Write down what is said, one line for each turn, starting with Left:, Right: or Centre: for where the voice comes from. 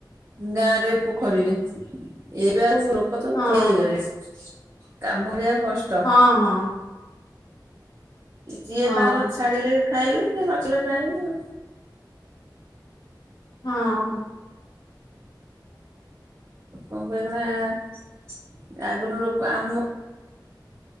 Right: ଗାଁରେ ପୋ ଖରୀରେ, ଏବେ ଆଉ ଲୋକ ତ
Left: ହଁ
Right: ଖୋଳେଇ ଦେବେ କାମ କରିବାକୁ କଷ୍ ଟ
Left: ହଁ ହଁ
Right: ଯିଏ
Left: ହଁ
Right: ତାଙ୍କର ଛାଡିଲେ ଖାଇଲେ ଯିଏ ନଚଳିଲେ ନାଇଁ ଆଉ।
Left: ହଁ।
Right: ଓ କଣ କହକି ନା ଆଗରୁ ଲୋକ ଆମ